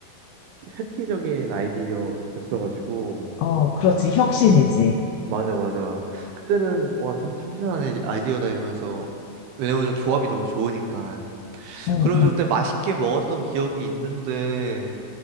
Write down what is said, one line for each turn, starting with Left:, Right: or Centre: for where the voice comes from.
Right: 획기적인 아이디어였어가지고,
Left: 어, 그렇지. 혁신이지.
Right: 맞아, 맞아. 그때는, 와, 참, 참신한 아이디- 아이디어다 이러면서, 왜냐면 조합이 너무 좋으니까.
Left: 응,
Right: 그러면서
Left: 응.
Right: 그때 맛있게 먹었던 기억이 있는데,